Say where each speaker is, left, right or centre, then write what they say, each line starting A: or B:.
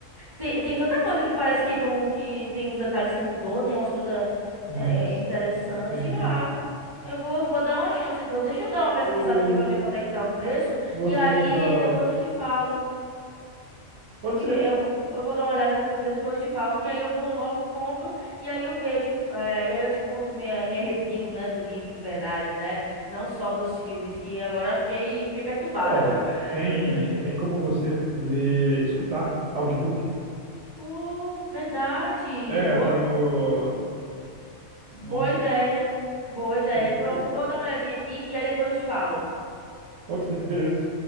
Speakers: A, on the right; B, on the right.
A: tem, tem tanta coisa que parece que, tão, que tem uns detalhes que mudou, né? Umas coisas
B: Muitos,
A: é, interessantes.
B: tem muitos.
A: Ah, eu vou, vou dar uma chance, então. Deixa eu dar uma pesquisada
B: Eh,
A: aqui pra ver quanto é que tá o preço,
B: Você
A: e aí
B: já.
A: depois eu te falo.
B: Pode
A: E
B: ser.
A: Eu vou, eu vou dar uma olhada aqui nos preços, depois eu te falo, que aí eu vou logo, compro, e aí eu vejo, eh, e aí eu te conto minha, minha review, né, do livro de verdade, né, não só dos filmes, que agora fiquei, fiquei perturbada
B: Ó,
A: agora. com essa
B: tem,
A: coisa aqui.
B: tem como você ler, escutar audiobook.
A: Oh, verdade,
B: É,
A: boa,
B: eu tenho.
A: boa
B: Nossa,
A: ideia, boa ideia.
B: eu-
A: Pronto,
B: eu-
A: eu vou dar uma olhadinha aqui, e aí depois eu te falo.
B: pode ser, beleza.